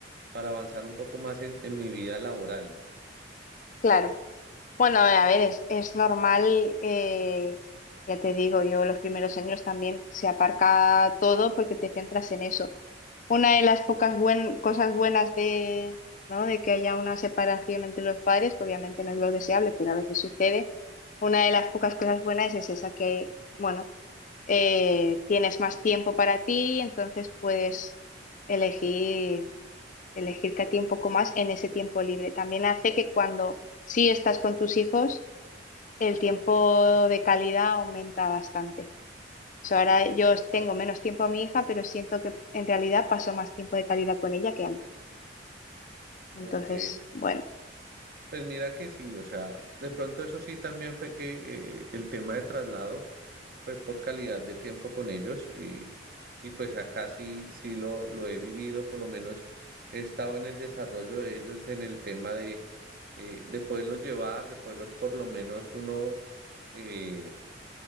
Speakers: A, on the right (about 55°); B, on the left (about 45°).
A: para avanzar un poco más en, en mi vida laboral, ¿no?
B: Claro. Bueno, a ver, es, es normal, eh, ya te digo, yo los primeros años también se aparca todo porque te centras en eso. Una de las pocas buen- cosas buenas de, ¿no? de que haya una separación entre los padres, que obviamente no es lo deseable, pero a veces sucede, una de las pocas cosas buenas es esa que, bueno, eh, tienes más tiempo para ti, entonces puedes elegir, elegirte a ti un poco más en ese tiempo libre. También hace que cuando sí estás con tus hijos, el tiempo de calidad aumenta bastante. O sea, ahora yo tengo menos tiempo a mi hija, pero siento que en realidad paso más tiempo de calidad con ella que antes. Entonces,
A: Ok,
B: bueno,
A: Pues mira que sí, o sea, de pronto eso sí también fue que eh, el tema de traslado fue por calidad de tiempo con ellos y, y pues acá sí, sí lo, lo he vivido, por lo menos he estado en el desarrollo de ellos en el tema de, eh, de poderlos llevar, de poderlos por lo menos uno... eh,